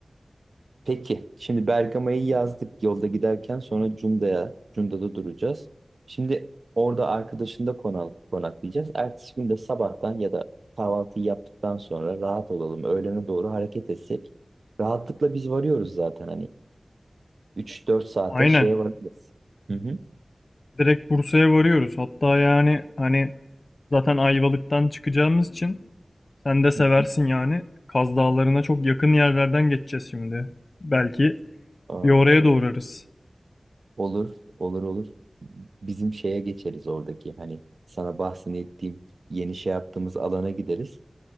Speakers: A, on the right; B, on the left.
A: Peki şimdi Bergama'yı yazdık yolda giderken sonra Cunda'ya Cunda'da duracağız. Şimdi orada arkadaşında konak, konaklayacağız. Ertesi gün de sabahtan ya da kahvaltıyı yaptıktan sonra rahat olalım. Öğlene doğru hareket etsek. Rahatlıkla biz varıyoruz zaten hani. üç dört saate
B: Aynen.
A: şeye varırız. Hı hı.
B: Direkt Bursa'ya varıyoruz. Hatta yani hani zaten Ayvalık'tan çıkacağımız için sen de seversin
A: Hı hı.
B: yani. Kaz Dağları'na çok yakın yerlerden geçeceğiz şimdi. Belki
A: Aa,
B: bir oraya da uğrarız.
A: olur, olur, olur. Bizim şeye geçeriz oradaki hani sana bahsettiğim yeni şey yaptığımız alana gideriz.